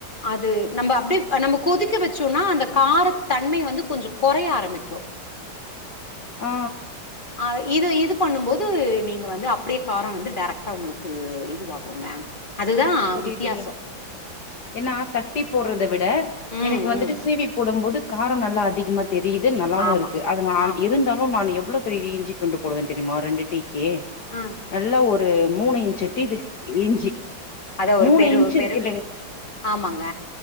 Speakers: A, on the left; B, on the left.
A: அது நம்ம அப்டியே நம்ம கொதிக்க வச்சோம்னா அந்த கார தன்மை வந்து கொஞ்சம் குறைய ஆரம்பிக்கும்
B: ஆ
A: அ இது இது பண்ணும் போது நீங்க வந்து அப்டியே காரம் வந்து டைரக்டா உங்களுக்கு இதுவாக்குங்க அது தா
B: புரியுதுங்க
A: வித்தியாசம்
B: ஏன்னா தட்டி போடுறத விட் தா
A: ம்
B: எனக்கு வந்துட்டு
A: ம்
B: சிவி போடும்போது காரம் நல்லா அதிகமா தெரியுது நல்லாவும்
A: ஆமா
B: இருக்கு அது நா
A: ஆமா
B: இருந்தாலும் நா எவ் எவ்ளோ பெரிய இஞ்சி துண்டு போடுவேன் தெரியுமா ரெண்டு டீ ஏ
A: ஆ
B: நல்லா ஒரு மூணு இஞ்சு டி இது இஞ்சி
A: அதான் ஒரு
B: மூணு
A: பெரு
B: இன்ச்சு
A: பெரு
B: இருக்கு
A: ஆமாங்க